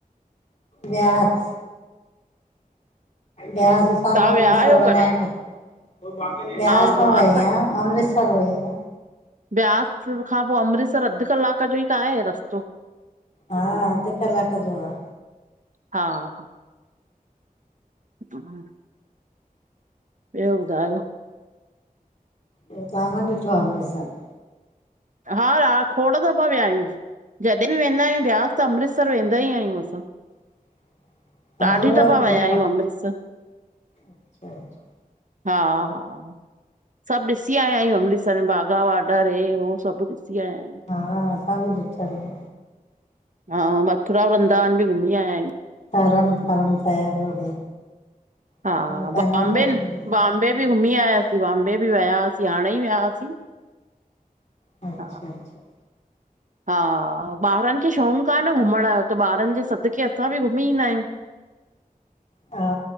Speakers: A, on the left (about 50°); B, on the right (about 55°).
A: व्यास। ब्यास, असां
B: तव्हां
A: त अमृतसर
B: विया आहियो
A: वेंदायूं
B: कॾहिं
A: त ब्यास
B: हा हा,
A: न वईयां,
B: असां
A: अमृतसर वईयां।
B: ब्यास खां पो, अमृतसर अध कलाक जो ई त आहे रस्तो।
A: हा, अध कलाक जो आ।
B: हा हा <inaudible> ॿयो ॿुधायो?
A: ॿयो तहां न ॾिठो आ अमृतसर?
B: हा रा खोड़ दफा व्या यूं। जॾहिं बि वेंदा आहियूं ब्यास त अमृतसर वेंदा ई आहियूं असां।
A: <inaudible>
B: ॾाढी
A: उहा
B: दफ़ा
A: बप्पा
B: वया आहियूं अमृतसर।
A: <unintelligible>
B: हा, हा सभु ॾिसी आयाां आहियूं अमृतसर में बाघा वॉडर हे, हो। सबु ॾिसी आयायु।
A: हा असां बि ॾिठल आह।
B: हा, मथुरा, वृंदावन बि घुमी आयायूं।
A: तरण तरण साहेब होॾे।
B: हा
A: होॾे पवंदो
B: बॉम्बे,
A: आहे न
B: बॉम्बे बि घुमी आयासीं बॉम्बे बि विया हुआसीं हाणे ई विया हुआसीं।
A: अच्छा,
B: हा
A: अच्छा।
B: हा ॿारनि खे शौक़ु आ न घुमण यो, त ॿारनि जे सदके असां बि घुमी ईंदा आहियूं।
A: हा